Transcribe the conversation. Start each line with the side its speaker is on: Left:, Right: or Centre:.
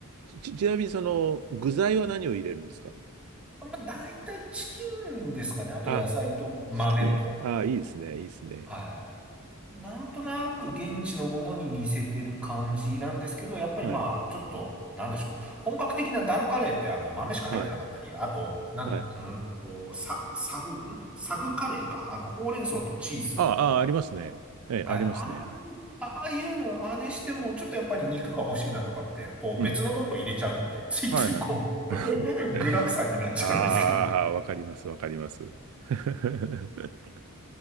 Right: ち、ちなみにその、具材は何を入れるんですか
Centre: まあ、大体チキンですかね。あと野菜と豆と、
Right: あ、チキン。あ、いいですね。いいですね。
Centre: はい。なんとなく現地のものに似せてる感じなんですけど、やっぱりまあ、
Right: はい。
Centre: ちょっと、なんでしょう。本格的なダルカレーってあの、豆しか入ってなかったり、
Right: はい。
Centre: あと、なんで、
Right: はい。
Centre: うーんと、さ、サグ、んサグカレーか。あの、ほうれん草とチーズとか。
Right: ああ、ありますね。え、
Centre: はい。
Right: ありますね。
Centre: あ
Right: はい。
Centre: あ、ああいうのを真似しても、ちょっとやっぱり肉が欲しいなとかって、こう別のものを入れちゃうんで、
Right: うん。
Centre: <laughs> ついついこ
Right: はいはい。<laughs>
Centre: う、具沢山になっちゃうんですけど。
Right: ああ、わかります。わかります。<laughs>